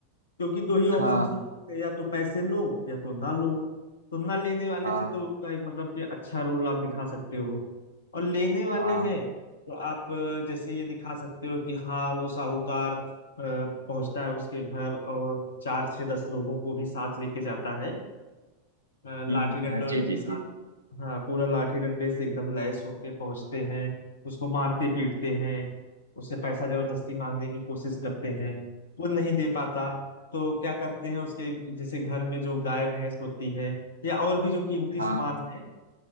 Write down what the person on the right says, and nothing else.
हाँ
हाँ
हाँ
हम्म
हाँ जी
जी
जी
हाँ